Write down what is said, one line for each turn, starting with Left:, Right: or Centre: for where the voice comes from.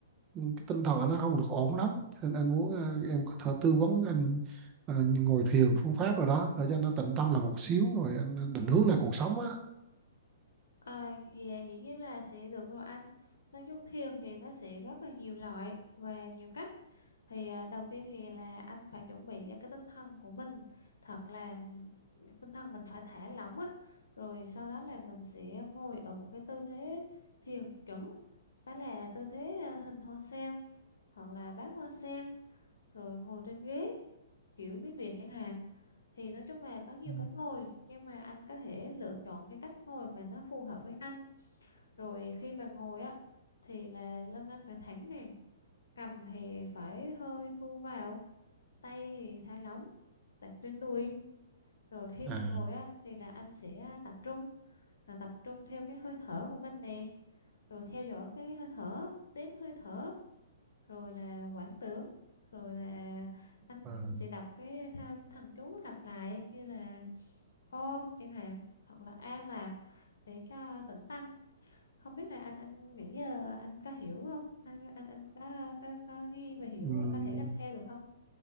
Right: Ừ, cái tinh thần nó không được ổn lắm cho nên anh muốn ờ, em có thể tư vấn anh ờ, ngồi thiền phương pháp rồi đó để cho nó tịnh tâm là một xíu rồi anh anh định hướng lại cuộc sống á
Left: À, dạ dĩ nhiên là sẽ được rồi anh. Nói chung thiền thì nó sẽ rất là nhiều loại và nhiều cách. Thì à, đầu tiên thì là anh phải chuẩn bị ra cái tinh thần của mình thật là ừm, tinh thần mình phải thả lỏng á. Rồi sau đó là mình sẽ ngồi ở một cái tư thế thiền chuẩn. Đó là tư thế à, hình hoa sen hoặc là bán hoa sen rồi ngồi trên ghế kiểu miếng điện chẳng hạn thì nói chung là có nhiều
Right: Ừ.
Left: cách ngồi nhưng mà anh có thể lựa chọn cái cách ngồi mà nó phù hợp với anh rồi khi mà ngồi á thì là lưng anh phải thẳng nè cầm thì phải hơi thu vào tay thì thả lỏng đặt trên đùi rồi khi
Right: à,
Left: mà
Right: à,
Left: ngồi á thì là anh sẽ tập trung là tập trung theo cái hơi thở của mình nè rồi theo dõi cái hơi thở đếm hơi thở rồi là quảng tưởng rồi là anh
Right: à.
Left: sẽ đọc cái tham thần chú lặp lại như là ôm chẳng hạn hoặc là an lạc để cho tĩnh tâm không biết là anh anh nghĩ giờ anh có hiểu không anh anh anh có có, có ghi và hiểu
Right: Ừm,
Left: và có thể làm theo được không